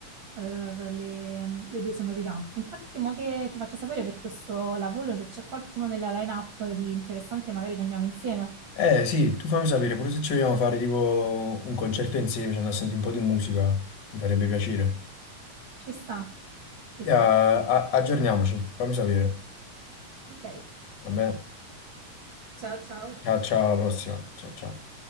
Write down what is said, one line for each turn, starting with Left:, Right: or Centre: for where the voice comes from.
Right: eh, le, le due sonorità. Infatti, mo che ti faccio sapere per questo lavoro, se c'è qualcuno nella line-up di interessante, magari ci andiamo insieme.
Left: Eh sì, tu fammi sapere, pure se ci vogliamo fare tipo un concerto insieme, ci andiamo a sentire un po' di musica, mi farebbe piacere.
Right: Ci sta, ci
Left: Ya,
Right: sta.
Left: a- aggiorniamoci, fammi sapere.
Right: Ok,
Left: Vabbè,
Right: ciao ciao.
Left: ciao, ciao, alla prossima. Ciao, ciao.